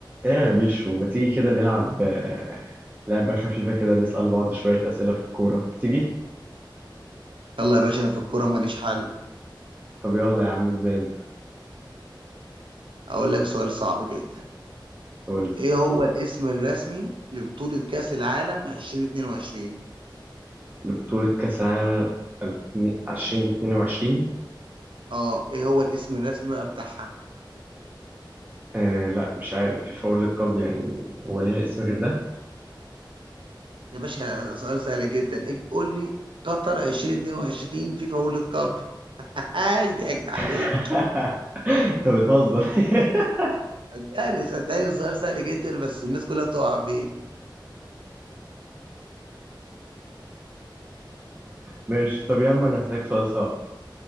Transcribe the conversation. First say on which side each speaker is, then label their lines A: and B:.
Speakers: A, on the right; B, on the right.
A: ايه يا بيشو ما تيجي كده نلعب آه، لعبة خفيفة كده نسأل بعض شوية أسئلة في الكورة تيجي؟
B: يلا يا باشا انا في الكوره ماليش حل
A: طب يلا يا عم ابدأ انت
B: اقول لك سؤال صعب جدا
A: قول
B: ايه هو الاسم الرسمي لبطولة كأس العالم 2022
A: لي بطولة كأس العالم 2022
B: اه ايه هو الاسم الرسمي بقى بتاعها
A: آه لا مش عارف فيفا وورلد كاب يعني هو ليها اسم غير ده؟
B: يا باشا سؤال سهل جدا إيه قول لي قطر 2022 فيفا وورلد كاب <laughs> هاي ضحكت
A: <laughs>
B: عليك
A: انت بتهزر <laughs>
B: صدقني صدقني سؤال سهل جدا بس الناس كلها بتقع فيه
A: ماشي طب يا عم انا هسألك سؤال صعب